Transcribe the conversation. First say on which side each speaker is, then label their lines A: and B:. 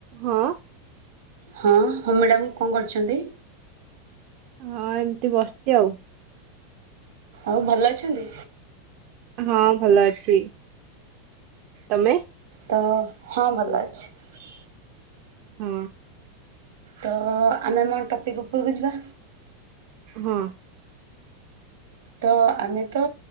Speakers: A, on the right; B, on the right.
A: ହଁ।
B: ହଁ ହଁ ମ୍ୟାଡ଼ାମ କଣ କରିଛନ୍ତି?
A: ହଁ ଏମିତି ବସିଛି ଆଉ।
B: ଆଉ ଭଲ ଅଛନ୍ତି?
A: ହଁ ଭଲ ଅଛି ତମେ?
B: ତ ହଁ ଭଲ ଅଛି।
A: ହଁ।
B: ତ ଆମେ ଆମ ଟପିକ୍ ଉପରକୁ ଯିବା।
A: ହଁ।
B: ତ ଆମେ ତ